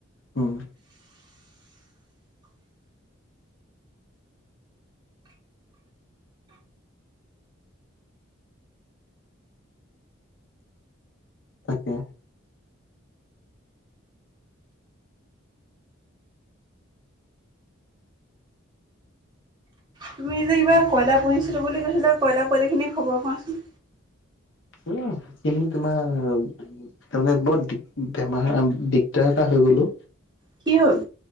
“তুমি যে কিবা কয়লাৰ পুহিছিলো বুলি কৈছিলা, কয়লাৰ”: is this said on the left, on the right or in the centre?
Right